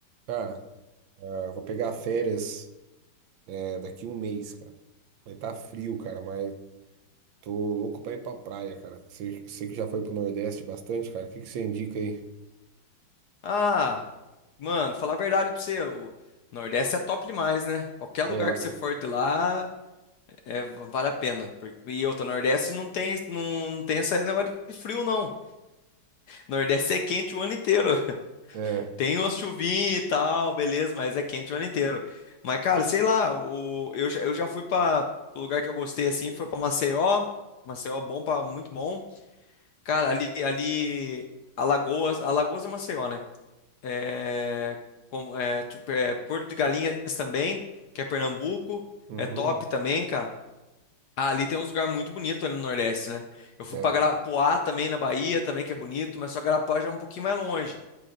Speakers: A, on the right; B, on the left.
A: Cara, ah, vou pegar férias, é, daqui um mês, cara. Vai estar frio, cara, mas tô louco pra ir pra praia, cara. Você, você que já foi pro Nordeste bastante, cara, o que que você indica aí?
B: Ah, mano, falar a verdade pra você, o Nordeste é top demais, né? Qualquer lugar
A: É, lá,
B: que você for de lá, é, vale a pena. Porque- E outra, Nordeste não tem, não, não tem esse negócio de frio, não. Nordeste é quente o ano inteiro. <laughs>
A: é,
B: Tem umas chuvinhas e tal, beleza, mas é quente o ano inteiro. Mas, cara, sei lá, o, eu, já- eu já fui pra o lugar que eu gostei, assim, foi pra Maceió. Maceió é bom, pra, muito bom. Cara, ali, ali, Alagoas, Alagoas é Maceió, né? é, com- é, tipo, é, Porto de Galinhas também, que é Pernambuco,
A: uhum,
B: é top também, cara. Ah, ali tem uns lugares muito bonitos ali no Nordeste, né? Eu fui
A: é.
B: pra Garapuá também, na Bahia, também que é bonito, mas só Garapuá já é um pouquinho mais longe.